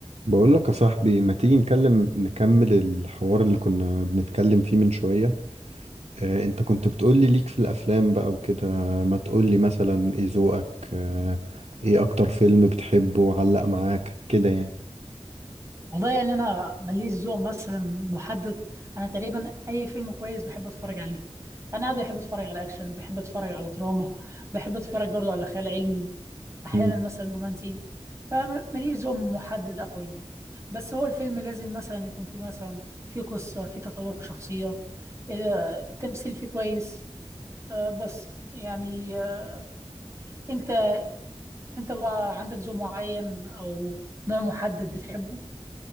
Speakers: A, on the right; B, on the right.
A: بقول لك يا صاحبي ما تيجي نكلم نكمل الحوار اللي كنا بنتكلم فيه من شوية آه، انت كنت بتقول لي ليك في الافلام بقى وكده ما تقول لي مثلا ايه ذوقك آه، ايه اكتر فيلم بتحبه وعلق معاك كده يعني
B: والله يعني انا ماليش ذوق مثلا محدد انا تقريبا اي فيلم كويس بحب اتفرج عليه انا عادي بحب اتفرج على اكشن بحب اتفرج على دراما بحب اتفرج برضو على خيال علمي احيانا
A: مم.
B: مثلا رومانسي فماليش ذوق محدد قوي بس هو الفيلم لازم مثلا يكون فيه مثلا فيه قصة فيه تطور شخصيات آه، التمثيل فيه كويس آه، بس يعني آه، انت انت بقى عندك ذوق معين او نوع محدد بتحبه